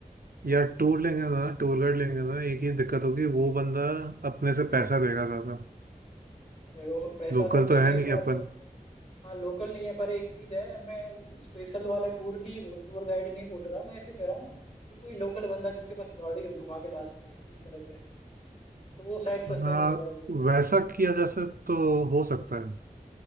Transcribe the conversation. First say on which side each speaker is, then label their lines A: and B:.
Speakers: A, on the right; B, on the left.
A: यार टूर लेंगे ना टूर गाइड लेंगे ना एक ही दिक्कत होगी वो बंदा अपने से पैसा देगा ज्यादा
B: देखो पैसा
A: लोकल
B: तो देंगे
A: तो है नहीं
B: पर
A: अपन
B: हाँ लोकल नहीं है पर एक चीज है मैं स्पेशल वाला टूर नहीं बोल टूर गाइड नहीं बोल रहा मैं ऐसे कह रहा हूँ कि कोई लोकल बंदा जिसके पास गाड़ी हो घुमा के ला सके इस तरह से तो वो शायद सस्ते
A: हाँ
B: में हो जाएगा
A: वैसा किया जा सक तो हो सकता है